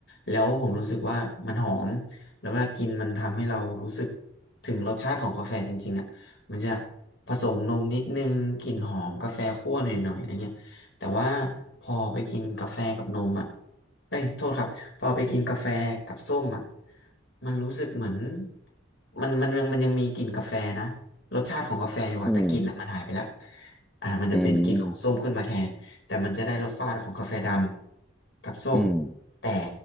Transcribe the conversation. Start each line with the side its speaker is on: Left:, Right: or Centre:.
Left: แล้วผมรู้สึกว่ามันหอมแล้วเวลากินมันทำให้เรารู้สึกถึงรสชาติของกาแฟจริงๆอ่ะมันจะผสมนมนิดนึงกลิ่นหอมกาแฟคั่วหน่อยๆอะไรเงี้ยแต่ว่าพอไปกินกาแฟกับนมอ่ะเอ้ยโทษครับ พอไปกินกาแฟกับส้มอ่ะมันรู้สึกเหมือนมันมันยังมันยังมีกลิ่นกาแฟนะรสชาติของกาแฟดีกว่าแต่กลิ่นอ่ะมันหายไปแล้ว
Centre: อืม
Left: อ่ามันจะเป็นกลิ่นของส้มขึ้นมาแทนแต่มันจะได้รสชาติของกาแฟด
Centre: อืม
Left: ำกับส้ม
Centre: อืม
Left: แต่